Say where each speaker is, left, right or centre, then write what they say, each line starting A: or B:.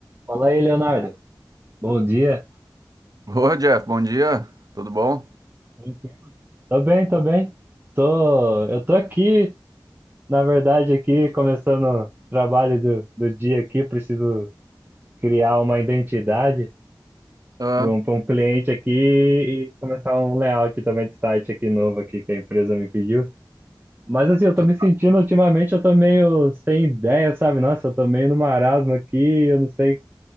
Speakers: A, on the right; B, on the right.
A: Fala aí, Leonardo. Bom dia.
B: Ô, Jeff, bom dia, tudo bom?
A: Bom dia. Tô bem, tô bem. Tô, eu tô aqui, na verdade, aqui, começando o trabalho do, do dia aqui. Preciso criar uma identidade
B: Ah,
A: para um, para um cliente aqui e começar um layout também de site aqui novo aqui que a empresa me pediu. Mas assim, eu
B: tu-
A: tô me
B: tá,
A: sentindo ultimamente, eu tô meio sem ideia, sabe? Nossa, eu tô meio no marasmo aqui, eu não sei